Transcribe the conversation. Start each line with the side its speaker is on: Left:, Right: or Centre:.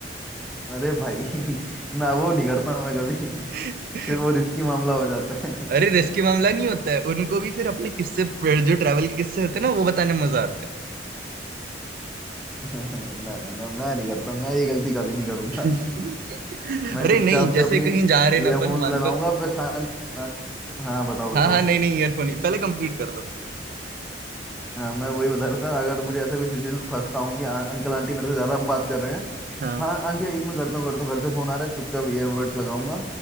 Centre: अरे भाई <laughs> ना वो नहीं करता मैं कभी
Right: हूँ
Centre: फिर वो
Right: <laughs>
Centre: रिस्की मामला हो जाता है <laughs>
Right: अरे रिस्की मामला नहीं होता है उनको भी फिर अपने किस्से जो ट्रैवल के किस्से होते हैं ना वो बताने में मजा आता है
Centre: ना ना ना मैं नहीं करता मैं ये गलती कभी नहीं करूंगा
Right: <laughs>
Centre: मैं
Right: अरे
Centre: चुपचाप
Right: नहीं जैसे
Centre: से अपनी
Right: कहीं जा रहे ना
Centre: ईयरफोन्स
Right: अपन मान
Centre: लगाऊंगा
Right: लो
Centre: पर शांत आ, हाँ बताओ
Right: हाँ
Centre: बताओ
Right: हाँ नहीं नहीं ईयरफोन ही पहले कंप्लीट कर लो
Centre: हाँ मैं वही बता रहा था अगर मुझे ऐसा कोई सिचुएशन में फंसता हूँ कि अं- अंकल आंटी मेरे से ज्यादा बात कर रहे हैं
Right: हाँ
Centre: हाँ आंटी एक मिनट करता हूँ करता हूँ घर से फोन आ रहा है चुपचाप ईयरबड्स लगाऊंगा